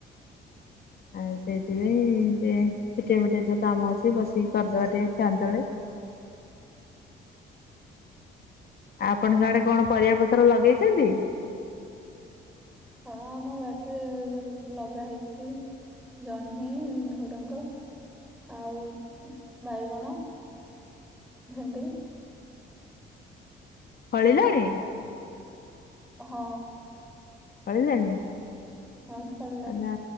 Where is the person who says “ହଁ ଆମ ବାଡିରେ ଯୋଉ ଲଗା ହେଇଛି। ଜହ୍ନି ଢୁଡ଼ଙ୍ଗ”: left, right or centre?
Centre